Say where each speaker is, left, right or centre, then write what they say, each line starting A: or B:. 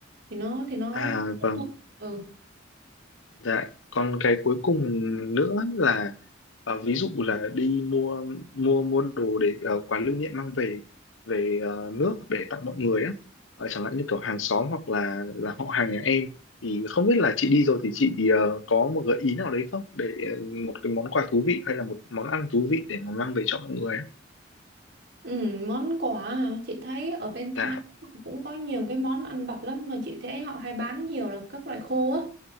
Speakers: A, on the right (about 60°); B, on the left (about 80°).
A: thì nó thì nó
B: à vâng
A: ừ
B: dạ còn cái cuối cùng nữa là ờ, ví dụ là đi mua mua mua đồ để ờ, quà lưu niệm mang về về ờ, nước để tặng mọi người á Ờ, chẳng hạn như kiểu hàng xóm hoặc là là họ hàng nhà em thì không biết là chị đi rồi thì chị ờ, có một gợi ý nào đấy không để ờ, một cái món quà thú vị hay là một món ăn thú vị để mà mang về cho mọi người á
A: Ừ, món quà hả? Chị thấy ở bên Thái
B: dạ
A: họ cũng có nhiều cái món ăn vặt lắm mà chị thấy họ hay bán nhiều là các loại khô á.